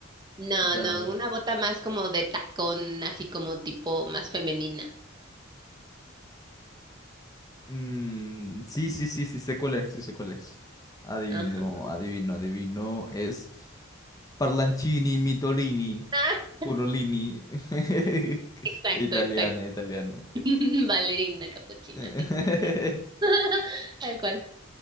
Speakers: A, on the right; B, on the left.
A: No,
B: Da-
A: no, una bota más como de tacón, así como tipo más femenina.
B: Mm, sí, sí, sí, sí, sé cuál es, sí sé cuál es. Adivino,
A: Ajá.
B: adivino, adivino. Es Parlancini, Mitolini,
A: Ah,
B: Curolini. <laughs>
A: Exacto,
B: Italiana,
A: exacto.
B: italiana.
A: <laughs> Valerina capuchina,
B: <laughs>
A: sí. <laughs> Tal cual.